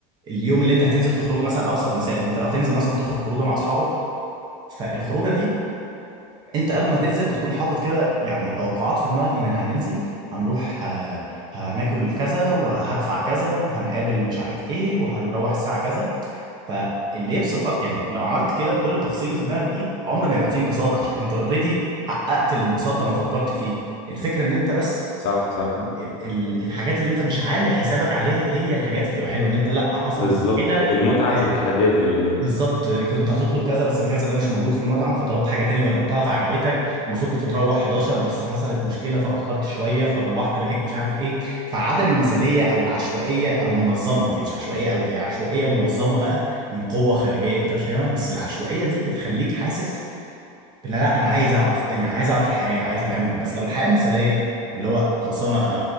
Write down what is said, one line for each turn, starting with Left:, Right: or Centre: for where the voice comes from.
Right: اليوم اللي انت هتنزل تخرجه مثلا ابسط مثال ان انت لو هتنزل مثلا تخرج خروجه مع اصحابك فالخروجه دي انت قبل ما تنزل بتكون حاطط كده يعني توقعات في دماغك ان انا هننزل هنروح آه، هناكل كذا وهدفع كذا وهنقابل مش عارف ايه وهنروح الساعة كذا فاللي يبسط أكتر يعني لو عملت كده بكل التفاصيل اللي في دماغك دي عمر ما يبقى فيه انبساط عشان انت اوريدي حققت الانبساط لما فكرت فيه الفكرة ان انت بس
Left: صح صح
Right: ال ال الحاجات اللي انت مش عامل حسابك عليها هي الحاجات اللي بتبقى حلوة ان انت لا حصل
Left: بالظبط
Right: مشكلة
Left: المتعة
Right: آه،
Left: في التحديات اللي قدامي
Right: بالظبط كنت هتطلب كذا بس كذا ده مش موجود في المطعم فطلبت حاجة تاني جربتها فعجبتك المفروض كنت تروح 11 بس حصلت مشكلة فأخرت شوية فروحت لقيت مش عارف إيه فعدم المثالية أو العشوائية المنظمة هي مش عشوائية قوي هي عشوائية منظمة بقى من قوة خارجية أنت مش فاهمها بس العشوائية دي بتخليك حاسس لا لا انا عايز اعرف الدنيا انا عايز اعرف الحياه عايز اكمل بس لو الحياه مثاليه اللي هو خلصانه انا